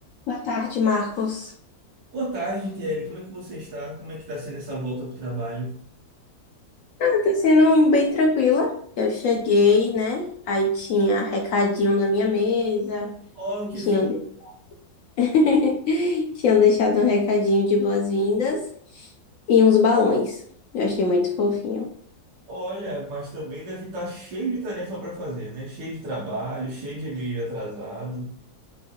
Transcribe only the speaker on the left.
Boa tarde, Marcos.
Ah, tá sendo um bem tranquila. Eu cheguei, né? Aí tinha recadinho na minha mesa,
tinham,
<laughs> tinham deixado um recadinho de boas-vindas e uns balões. Eu achei muito fofinho.